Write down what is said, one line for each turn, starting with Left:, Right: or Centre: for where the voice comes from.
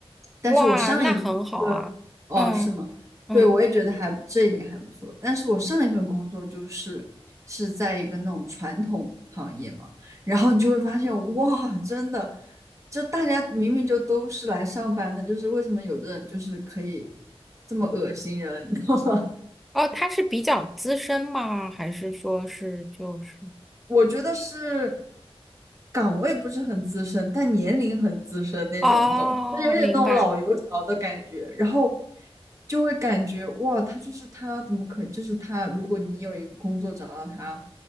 Right: 但是我上一份，
Centre: 哇，那很好啊，
Right: 哦，
Centre: 嗯
Right: 是吗？
Centre: 嗯。
Right: 对，我也觉得还这一点还不错。但是我上一份工作就是是在一个那种传统行业嘛，然后你就会发现，哇，真的，就大家明明就都是来上班的，就是为什么有的人就是可以这么恶心人？<laughs>
Centre: 哦，他是比较资深吗？还是说是就是？
Right: 我觉得是岗位不是很资深，但年龄很资深那种，
Centre: 哦，
Right: 你懂吗？他有点那种老油条的感觉，
Centre: 明白，
Right: 然后就会感觉哇，他就是他怎么可以就是他，如果你有一个工作找到他，